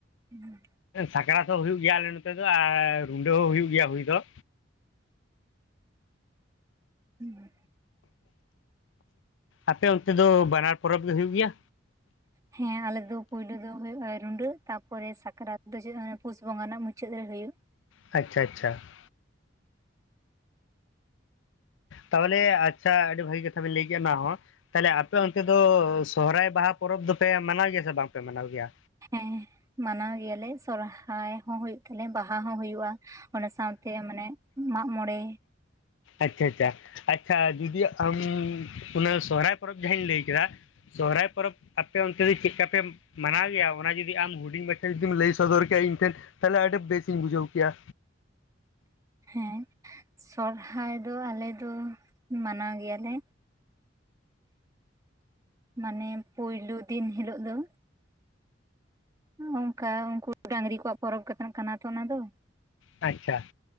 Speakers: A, on the right; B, on the left.
A: <unintelligible>
B: ᱥᱟᱠᱨᱟᱛ ᱦᱚᱸ ᱦᱩᱭᱩᱜ ᱜᱮᱭᱟ ᱟᱞᱮ ᱱᱚᱛᱮ ᱫᱚ ᱟᱨ ᱨᱩᱰᱟᱹ ᱦᱚᱸ ᱦᱩᱭᱩᱜ ᱜᱮᱭᱟ ᱦᱩᱭ ᱫᱚ᱾
A: ᱦᱩᱸ,
B: ᱟᱯᱮ ᱚᱱᱛᱮ ᱫᱚ ᱵᱟᱱᱟᱨ ᱯᱚᱨᱚᱵᱽ ᱫᱚ ᱦᱩᱭᱩᱜ ᱜᱮᱭᱟ᱾
A: ᱦᱮᱸ ᱟᱞᱮᱫᱚ ᱯᱩᱭᱞᱳ ᱫᱚ ᱦᱩᱭᱩᱜᱼᱟ ᱨᱩᱸᱰᱟᱹᱜ, ᱛᱟᱯᱚᱨᱮ ᱥᱟᱠᱨᱟᱛ ᱫᱚ ᱪᱮᱫ ᱯᱩᱥ ᱵᱚᱸᱜᱟ ᱨᱮᱱᱟᱜ ᱢᱩᱪᱟᱹᱫ ᱨᱮ ᱦᱳᱭᱳᱜ᱾
B: ᱟᱪᱪᱷᱟ ᱟᱪᱪᱷᱟ ᱾ ᱛᱟᱦᱚᱞᱮ ᱟᱪᱪᱷᱟ ᱟᱹᱰᱤ ᱵᱷᱟᱹᱜᱤ ᱠᱟᱛᱷᱟ ᱵᱮᱱ ᱞᱟᱹᱭ ᱠᱮᱫᱼᱟ ᱚᱱᱟ ᱦᱚᱸ᱾ ᱛᱟᱦᱚᱞᱮ ᱟᱯᱮ ᱚᱱᱛᱮ ᱫᱚ, ᱥᱚᱦᱚᱨᱟᱭ ᱵᱟᱦᱟ ᱯᱚᱨᱚᱵᱽ ᱫᱚᱯᱮ ᱢᱟᱱᱟᱣ ᱜᱮᱭᱟ ᱥᱮ ᱵᱟᱝ ᱯᱮ ᱢᱟᱱᱟᱣ ᱜᱮᱭᱟ?
A: ᱦᱮᱸ ᱢᱟᱱᱟᱣ ᱜᱮᱭᱟ ᱞᱮ ᱥᱚᱦᱟᱨᱟᱭ ᱦᱚᱸ ᱦᱩᱭᱩᱜ ᱛᱟᱞᱮ ᱵᱟᱦᱟ ᱦᱚᱸᱦᱩᱭᱩᱜᱼᱟ, ᱚᱱᱟ ᱥᱟᱶᱛᱮ ᱢᱟᱱᱮ ᱢᱟᱜᱽ ᱢᱚᱬᱮ
B: ᱟᱪᱪᱷᱟ ᱟᱪᱪᱷᱟ ᱟᱪᱪᱷᱟ ᱾ ᱡᱩᱫᱤ ᱟᱢ ᱚᱱᱟ ᱥᱚᱦᱚᱨᱟᱭ ᱯᱚᱨᱚᱵᱽ ᱡᱟᱦᱟᱸᱧ ᱞᱟᱹᱭ ᱠᱮᱫᱟ ᱥᱚᱦᱚᱨᱟᱭ ᱯᱚᱨᱚᱵᱽ ᱟᱯᱮ ᱚᱱᱛᱮ ᱫᱚ ᱪᱮᱫ ᱞᱮᱠᱟ ᱯᱮ ᱢᱟᱱᱟᱣ ᱜᱮᱭᱟ? ᱚᱱᱟ ᱡᱩᱫᱤ ᱟᱢ ᱦᱩᱰᱤᱧ ᱵᱴᱷᱮᱱ ᱡᱩᱫᱤᱢ ᱞᱟᱹᱭ ᱥᱚᱫᱚᱨ ᱠᱮᱭᱟ ᱤᱧ ᱴᱷᱮᱱ ᱛᱟᱦᱚᱞᱮ ᱟᱹᱰᱤ ᱵᱮᱥᱤᱧ ᱵᱩᱡᱷᱟᱹᱣ ᱠᱮᱭᱟ᱾
A: ᱦᱮᱸ ᱥᱚᱨᱦᱟᱭ ᱫᱚ ᱟᱞᱮ ᱫᱚ ᱢᱟᱱᱟᱣ ᱜᱮᱭᱟ ᱞᱮ ᱢᱟᱱᱮ ᱯᱩᱭᱞᱩ ᱫᱤᱱ ᱦᱤᱞᱳᱜ ᱫᱚ ᱚᱱᱠᱟ ᱩᱱᱠᱩ ᱰᱟᱝᱨᱤ ᱠᱚᱣᱟᱜ ᱯᱚᱨᱚᱵᱽ ᱠᱟᱱᱟ ᱛᱚ ᱚᱱᱟ ᱫᱚ
B: ᱟᱪᱪᱷᱟ ᱾